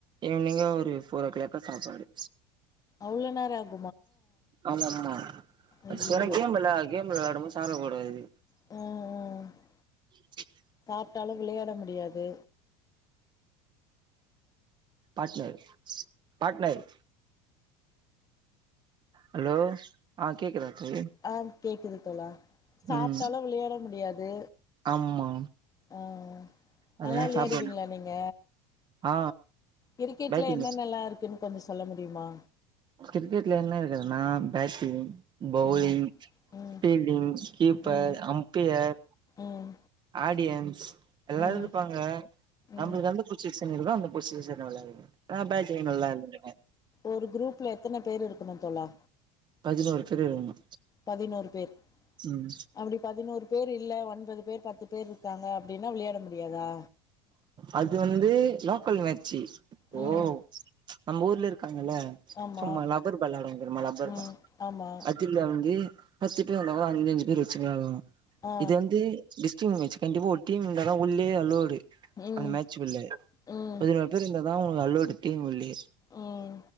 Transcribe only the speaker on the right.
ஈவினிங்க ஒரு போர் ஓ கிளாக்கா சாப்பாடு
ஆமா ஆமா
எனக்கேம் பெல்லா கேம்ல விளாயாடும்போது சாப்புடகூடாது
<unintelligible>
பாட்னர் பாட்னர் ஹலோ ஆ கேக்குதா தோழி
ம்
ஆமா
அதெல்லா
சாப்ட மாட்டோ
ஆ
பேட்டிங்
கிரிக்கெட்ல என்ன இருக்குதுனா பேட்டிங் பௌலிங்
ஃப்ல்டிங் கீப்பர்
அம் பியர்
ஆடியன்ஸ்ஸு எல்லாரு
இருப்பாங்க நம்ளுக்கு
எந்த பொச்ஷன் இருக்குதோ அந்த பொச்ஷன் விளாடுவே ஆ பேட்டிங் நல்லா <unintelligible>
பதினோரு பேரு இருக்குனு
ம்
அது வந்து லோக்கல் மேச்சி இப்போ
நம்ம ஊர்ல இருக்காங்கல்ல
சும்மா ரப்பர் பால் விளடுவாங்க தெர்மா ரப்பர்
ப துல வந்து பத்து பேர் இருந்தகூட அஞ்ச அஞ்சு பேர் வச்சு விளட்டுல
இத வந்து டிஸ்டிங் மேட்ச் கண்டிப்பா ஒரு டீம் இந்ததா உள்ளயே அல்லோடு
அந்த மேட் ச்சிகுள்ளே
பதினொரு பேர் இருந்தாதா உங்ளுக்கு அல்லோடு டீம்குள்ளியே